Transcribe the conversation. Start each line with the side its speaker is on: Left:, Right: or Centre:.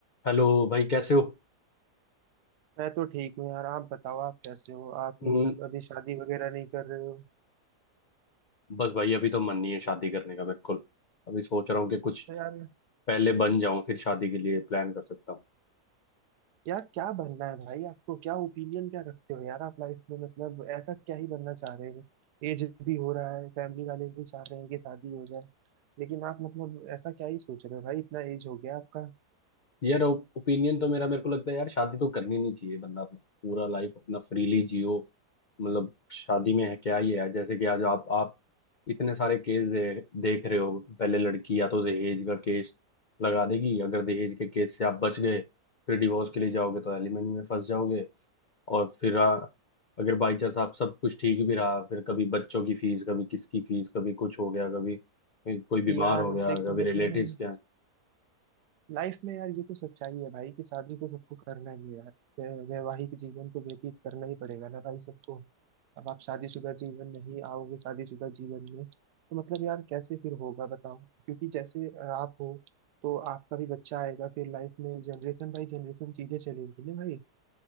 Left: Hello भाई कैसे हो
Right: मैं तो ठीक हूँ यार आप बताओ आप कैसे हो आप
Left: हम्म,
Right: मतलब अभी शादी वगैरह नहीं कर रहे हो
Left: बस भाई अभी तो मन नहीं है शादी करने का बिल्कुल अभी सोच रहा हूँ कि कुछ
Right: तो यार
Left: पहले बन जाऊं फिर शादी के लिए प्लान कर सकता हूँ
Right: यार क्या बनना है भाई आपको क्या ओपिनियन क्या रखते हो यार आप लाइफ में मतलब ऐसा क्या ही बनना चाह रहे हो एज भी हो रहा है फैमिली वाले भी चाह रहे हैं कि शादी हो जाए लेकिन आप मतलब ऐसा क्या ही सोच रहे हो भाई इतना एज हो गया आपका
Left: यार ओपिनियन तो मेरा मेरे को लगता है यार शादी तो करनी नहीं चाहिए बंदा अपना पूरा लाइफ अपना फ्रीली जियो मतलब शादी में है क्या ही है जैसे कि आज आप आप इतने सारे केस दे, देख रहे हो पहले लड़की या तो दहेज का केस लगा देगी अगर दहेज के केस से आप बच गए फिर डिवोर्स के लिए जाओगे तो एलिमनी में फंस जाओगे और फिर आ, अगर बाई चांस आप सब कुछ ठीक भी रहा फिर कभी बच्चों की फीस कभी किसकी फीस कभी कुछ हो गया कभी कोई बीमार
Right: कि यार
Left: हो गया
Right: देखो
Left: कभी रिलेटिव्स
Right: लेकिन
Left: के यहाँ
Right: लाइफ में यार ये तो सच्चाई है भाई कि शादी तो सबको करना ही है यार वै- वैवाहिक जीवन तो व्यतीत करना ही पड़ेगा ना भाई सबको अब आप शादीशुदा जीवन नहीं आओगे शादीशुदा जीवन में तो मतलब यार कैसे फिर होगा बताओ क्योंकि जैसे अ, आप हो तो आपका भी बच्चा आएगा फिर लाइफ में जनरेशन बाई जनरेशन चीजें चलेंगी ना भाई